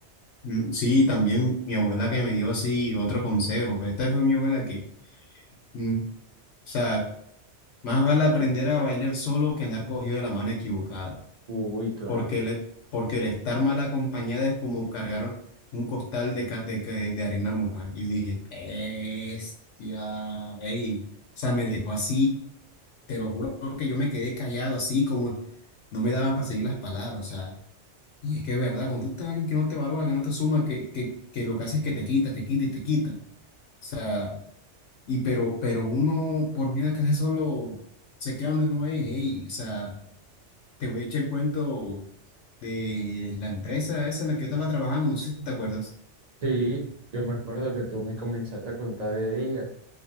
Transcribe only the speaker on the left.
Mm, Sí, también mi abuela que me dio así otro consejo, pero esta fue mi abuela que, mm, o sea, más vale aprender a bailar solo que andar cogido de la mano equivocada.
porque le porque el estar mal acompañada es como cargar un costal de, ca- de, que- de arena moja. Y yo dije, bestia, ey. O sea, me dejó así, te lo juro que yo me quedé callado así, como no me daban para seguir las palabras, o sea. Y es que es verdad, cuando tú estás alguien que no te valora, que no te suma, que, que, que lo que hace es que te quita, te quita y te quita. O sea, y pero, pero uno por miedo a que se solo se queda donde no es, ey, o sea. Te voy a echar el cuento de la empresa esa en la que yo estaba trabajando, no sé si te acuerdas.